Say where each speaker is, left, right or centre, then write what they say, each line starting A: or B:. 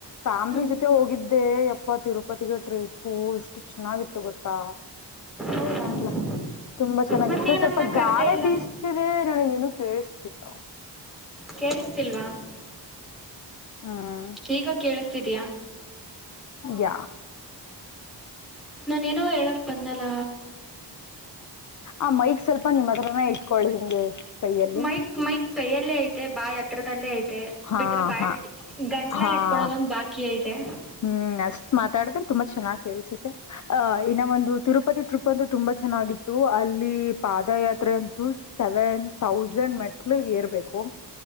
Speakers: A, on the left; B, in the centre.
A: ಫ್ಯಾಮ್ಲಿ
B: ಹ್ಮ್
A: ಜೊತೆ ಹೋಗಿದ್ದೆ ಯಪ್ಪ ತಿರುಪತಿಗೆ ಟ್ರಿಪ್ಪು ಇಷ್ಟು. ಚೆನ್ನಾಗಿತ್ತು ಗೊತ್ತಾ
B: ಹೌದಾ
A: ಅಂದ್ಲ. ತುಂಬಾ ಚೆನ್ನಾಗಿತ್ತು
B: ಮತ್ತ ನೀವು
A: ಸ್ವಲ್ಪ
B: ನಮ್ನ ಕರ್ದೇ
A: ಗಾಳೆ
B: ಇಲ್ಲ
A: ಬೀಸ್ತಿದೆ ನನಗೇನು ಕೇೇಳಸ್ತಿಲ್ಲ.
B: ಕೇಳಿಸತಿಲ್ವಾ
A: ಹ್ಮ್
B: ಈಗ ಕೇಳಿಸ್ತಿದ್ಯ.
A: ಯಾ
B: ನಾನೇ ಏನೋ ಹೇಳಕ್ ಬನ್ನಲ್ಲ.
A: ಆ ಮೈಕ್ ಸ್ವಲ್ಪ ನಿಮ್ಮ ಹತ್ರಾನೇ ಇಟ್ಕೊಳಿ ಹಿಂಗೆ. ಕೈಯಲ್ಲಿ
B: ಮೈಕ್ ಮೈಕ್ ಕೈಯಲ್ಲೇ ಐತೆ ಬಾಯ್ ಹತ್ರದಲ್ಲೇ ಐತೆ. ಮತ್ತೆ
A: ಹಾ
B: ಬಿಟ್ರೆ ಬಾಯಲ್
A: ಹಾ
B: ಇಟ್ಟ ಗಂಟ್ಲಲ್ಲಿ
A: ಹಾ
B: ಇಟ್ಕಳೋದೊಂದ್ ಬಾಕಿ ಐತೆ.
A: ಹ್ಮ್ ಅಷ್ಟ್ ಮಾತಾಡಿದ್ರೆ ತುಂಬಾ ಚೆನ್ನಾಗ್ ಕೇಳ್ಸುತ್ತೆ ಆ ಇನ್ನ ಒಂದು ತಿರುಪತಿ ಟ್ರಿಪ್ ಅ ತುಂಬಾ ಚೆನ್ನಾಗಿತ್ತು ಅಲ್ಲಿ ಪಾದಯಾತ್ರೆ ಅಂತೂ ಸೆವೆನ್ ತೌಸಂಡ್ ಮೆಟ್ಲು ಎ ಇರ್ಬೇಕು